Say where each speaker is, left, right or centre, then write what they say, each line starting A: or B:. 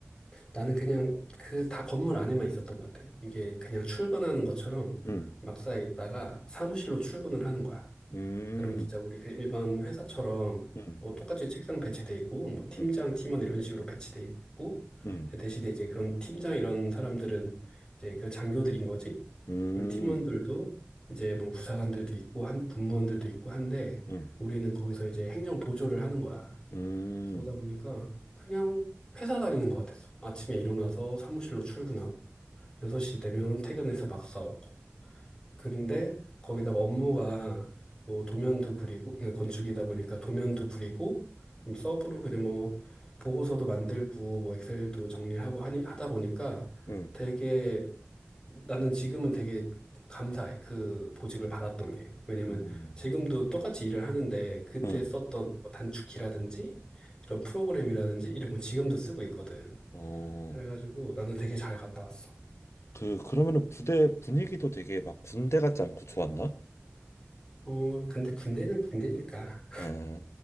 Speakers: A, on the left; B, on the left.
A: 나는 그냥 그 다 건물 안에만 있었던 것 같아. 이게 그냥 출근하는 것처럼
B: 음.
A: 막사에 있다가 사무실로 출근을 하는 거야.
B: 음.
A: 그럼 진짜 우리 그 일반 회사처럼
B: 음.
A: 뭐 똑같이 책상 배치돼 있고 뭐 팀장,
B: 음.
A: 팀원 이런 식으로 배치돼 있고
B: 음.
A: 근데 대신에 이제 그런 팀장 이런 사람들은 이제 그 장교들인 거지.
B: 음.
A: 그 팀원들도 이제 뭐 부사관들도 있고 한 군무원들도 있고 한데
B: 음.
A: 우리는 거기서 이제 행정 보조를 하는 거야.
B: 음,
A: 그러다 보니까 그냥 회사 다니는 것 같았어. 아침에 일어나서 사무실로 출근하고 6시 되면 퇴근해서 막 싸우고. 근데 거기다가 업무가 뭐 도면도 그리고 그냥 건축이다 보니까 도면도 그리고 좀 서브로 그냥 뭐 보고서도 만들고 뭐 엑셀도 정리하고 하니, 하다 보니까
B: 음,
A: 되게 나는 지금은 되게 감사해. 그 보직을 받았던 게. 왜냐면
B: 음,
A: 지금도 똑같이 일을 하는데 그때
B: 음.
A: 썼던 뭐 단축키라든지 이런 프로그램이라든지 이런 거 지금도 쓰고 있거든.
B: 어,
A: 그래가지고 나는 되게 잘 갔다 왔어.
B: 그, 그러면은 부대 분위기도 되게 막 군대 같지 않고 좋았나?
A: 어, 근데 군대는 군대니까.
B: 예.